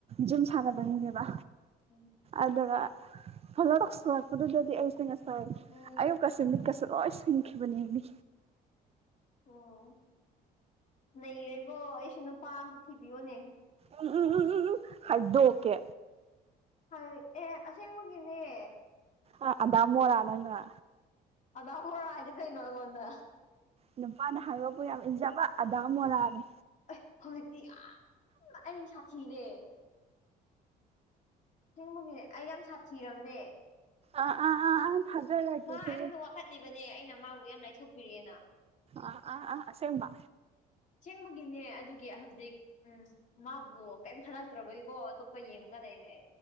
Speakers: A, on the right; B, on the left.
A: ꯖꯤꯝ ꯁꯥꯟꯅꯕ ꯃꯤꯅꯦꯕ
B: ꯎꯝ
A: ꯑꯗꯨꯒ ꯐꯣꯂꯣ ꯇꯧꯁꯤꯂꯛꯄꯗꯨꯗꯗꯤ ꯑꯩꯁꯦ ꯉꯁꯥꯏ
B: ꯎꯝ
A: ꯑꯌꯨꯛꯀꯁꯦ ꯃꯤꯠꯀꯁꯨ ꯂꯣꯏ ꯁꯤꯡ ꯈꯤꯕꯅꯦꯃꯤ
B: ꯑꯣ ꯅꯩꯔꯦꯀꯣ ꯑꯩꯁꯨ ꯅꯨꯄꯥ ꯑꯝꯇ ꯊꯤꯕꯤꯌꯣꯅꯦ
A: ꯎꯝ ꯎꯝ ꯎꯝ ꯍꯥꯏꯗꯣꯛꯀꯦ
B: ꯍꯥꯏ ꯑꯦ ꯑꯁꯦꯡꯕꯒꯤꯅꯦ
A: ꯑꯥ ꯑꯗꯃꯣꯔ ꯅꯪꯅ
B: ꯑꯗꯥ ꯃꯣꯔꯥ ꯍꯥꯏꯗꯤ ꯀꯩꯅꯣ ꯑꯩꯉꯣꯟꯗ
A: ꯅꯨꯄꯥꯅ ꯍꯥꯏꯕꯕꯨ ꯌꯥꯝ ꯏꯟꯖꯕ ꯑꯗꯥꯃꯣꯔꯥꯅꯦ
B: ꯑꯩ ꯍꯧꯖꯤꯛꯇꯤ ꯌꯥꯝ ꯅ ꯑꯩ ꯁꯥꯊꯤꯔꯦ ꯑꯁꯦꯡꯕꯒꯤ ꯑꯩ ꯌꯥꯝ ꯁꯥꯊꯤꯔꯕꯅꯦ
A: ꯑ ꯑꯥ ꯑꯥ ꯑꯥ ꯊꯖꯔꯒꯦꯁꯦ
B: ꯃꯥ ꯑꯩꯉꯣꯟꯗ ꯋꯥꯀꯠꯂꯤꯕꯅꯦ ꯑꯩꯅ ꯃꯥꯕꯨ ꯌꯥꯝ ꯂꯥꯏꯊꯣꯛꯄꯤꯔꯦꯅ
A: ꯑ ꯑꯥ ꯑꯥ ꯑꯁꯦꯡꯕ
B: ꯑꯁꯦꯡꯕꯒꯤꯅꯦ ꯑꯗꯨꯒꯤ ꯍꯧꯖꯤꯛ ꯎꯝ ꯃꯥꯕꯨ ꯀꯔꯤꯝ ꯈꯂꯛꯇ꯭ꯔꯕꯒꯤꯀꯣ ꯑꯇꯣꯞꯄ ꯌꯦꯡꯉꯒ ꯂꯩꯔꯦ